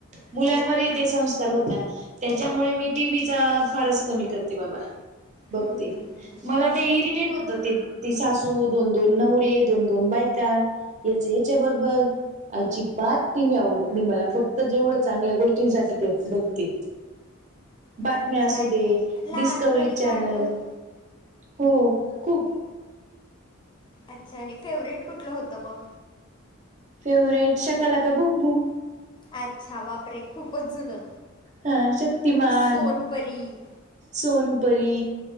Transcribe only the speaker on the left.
हो.
हम्म, हम्म, हम्म, हम्म.
अच्छा
आणि
लहानपणी
कार्टून
अच्छा आणि फेवरेट कुठलं होतं मग
अच्छा वापरे खूपच जुनं
सोनपरी